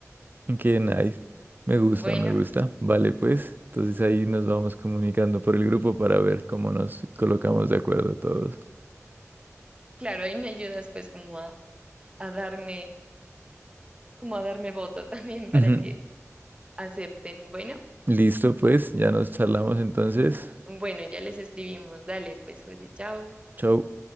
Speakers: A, on the right; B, on the right.
A: Qué nice. Me gusta,
B: Bueno,
A: me gusta. Vale, pues. Entonces ahí nos vamos comunicando por el grupo para ver cómo nos colocamos de acuerdo todos.
B: claro, ahí me ayudas pues como a, a darme, como a darme voto <laughs> también para
A: Ujú.
B: que acepten. Bueno.
A: Listo, pues. Ya nos charlamos entonces.
B: Bueno, ya les escribimos. Dale, pues, José, chao.
A: Chau.